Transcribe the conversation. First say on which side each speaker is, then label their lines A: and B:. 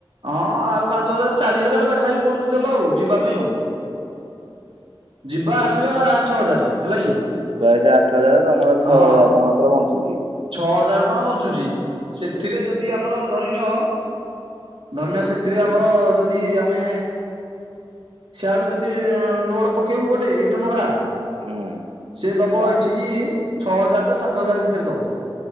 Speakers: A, on the right (about 70°); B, on the right (about 90°).
A: ହଁ ଆଉ ପାଞ୍ଚ ହଜାର ଚାରି ହଜାର ପାଖା ହେଇି ପଡୁଛି ତେଲ ଆଉ ଯିବା ପାଇଁ ଆ ଯିବା ଆସିବା ଆଠ ହଜାର ହେଲା କି
B: ସେ ଆଠ ହଜାର ତମର ଛଅ
A: ହଁ
B: ହଜାର ଟଙ୍କା ମାତ୍ର ବଞ୍ଚୁଛି
A: ଛଅ ହଜାର ଟଙ୍କା ବଞ୍ଚୁଛି ସେଥିରେ ଯଦି ଆମର ଧରିନଅ ଧର୍ନ ସେଥିରେ ଆମର ଯଦି ଆମେ ସିଆଡକୁ ଯଦି ଲୋଡ ପକେଇବୁ ଗୋଟେ ରିଟର୍ଣ ଭଡା
B: ହୁଁ
A: ସି ଦବ
B: ତ
A: ଏଇଠିକି ଛଅ ହଜାରରୁ ସାତ ହଜାର ଭିତରେ ଦବ